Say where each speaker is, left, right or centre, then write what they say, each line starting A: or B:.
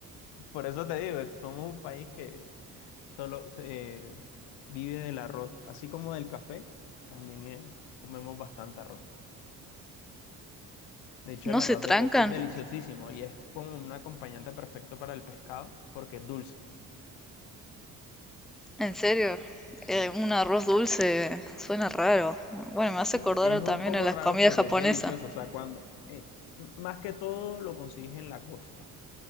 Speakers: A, on the left; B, in the centre.
A: Por eso te digo, somos un país que solo se, eh, vive del arroz, así como del café, también eh, comemos bastante arroz. De hecho,
B: ¿No
A: el arroz
B: se trancan?
A: de coco es deliciosísimo y es como un acompañante perfecto para el pescado porque es dulce.
B: En serio,
A: Sí.
B: eh, un arroz dulce suena raro. Bueno, me
A: Sí,
B: hace acordar
A: es
B: también
A: un poco
B: a las
A: raro,
B: comidas
A: pero
B: japonesas.
A: es delicioso. O sea, cuando, eh, m- más que todo lo consigues en la costa,